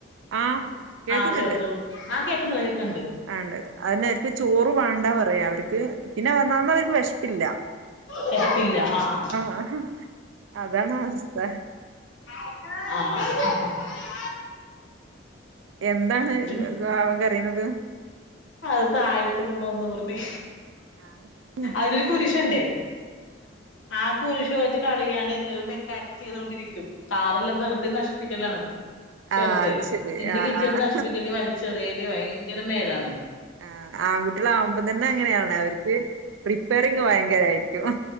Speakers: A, on the right; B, on the left.
A: ആഹ് കേൾക്കുന്നുണ്ട്
B: ആഹ് ചെറുത് ആ കേക്കുന്നു കേക്കുന്നുണ്ട്
A: ആണ്ട് അതിനെ അവർക്ക് ചോറ് വേണ്ടാ പറയാ അവർക്ക് പിന്നെ അവർക്ക് വിശപ്പില്ല
B: വേശപ്പില്ല ആഹ് ആഹ്
A: ആ <unintelligible> അതാണ് അവസ്ഥ
B: ആഹ <unintelligible>
A: എന്താണ്
B: പിന്നെ
A: അവൻ കരയണത്
B: അത് താഴത്ത് പോണോന്ന് പറഞ്ഞ്
A: ആഹ ഉ <unintelligible>
B: അതിൽ ഒരു കുരുശു ഉണ്ടേ ആ കുരിശ് മാറ്റി കളിയാണ് എന്തെങ്കിലും മെക്കാനിക്ക് ചെയ്തൊണ്ടിരിക്കും കാറ് ഉള്ളത് വെറുതെ നശിപ്പിക്കലാണ് ചെറുതെ
A: ആഹ് അത് ശരി
B: എന്ത്
A: ആഹ്
B: കിട്ടിയത്
A: ആഹ്
B: നശിപ്പിക്കല് വലിച്ച് എറിയല് ഭയങ്കര മേടാണ്
A: ആ ആൺകുട്ടികള് ആവുമ്പോ തന്നെ അങ്ങനെയാണ് അവർക്ക് റിപ്പയറിങ് ഭയങ്കരായിരിക്കും